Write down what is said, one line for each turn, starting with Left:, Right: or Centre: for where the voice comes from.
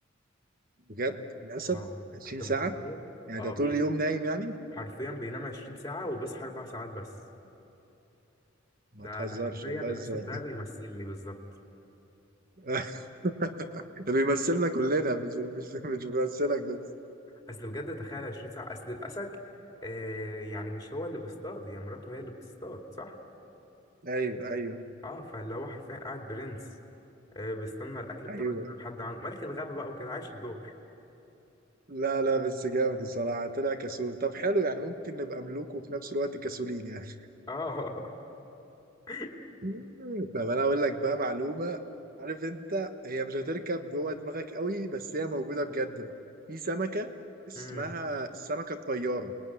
Right: بجد الأسد
Left: اه
Right: 20
Left: انت متخيل
Right: ساعة يعني
Left: اه
Right: ده طول
Left: بي...
Right: اليوم نايم يعني
Left: حرفيا بينام 20 ساعه وبيصحى 4 ساعات بس
Right: ما
Left: ده
Right: تهزرش
Left: ده حرفيا
Right: والله
Left: الاسد
Right: ازاي
Left: ده بيمثلني بالظبط
Right: <laughs> بيمثلنا كلنا مش مش مش بيمثلك بس
Left: اصل بجد تخيل 20 ساعة اصل الاسد آه يعني مش هو اللي بيصطاد هي مراته هي اللي بتصطاد صح
Right: ايوه ايوه
Left: اه فاللي هو حرفيا قاعد برنس آه بيستنى الاكل بتاعه
Right: ايوه
Left: يجيله لحد عنده ملك الغابة بقى وكده عايش الدور
Right: لا لا بس جامد الصراحه طلع كسول طب حلو يعني ممكن نبقى ملوك وفي نفس الوقت كسولين يعني
Left: اه <laughs>
Right: <laughs> طب انا اقول لك بقى معلومه عارف انت هي مش هتركب جوه دماغك قوي بس هي موجوده بجد بقى في سمكه اسمها
Left: امم
Right: السمكه الطياره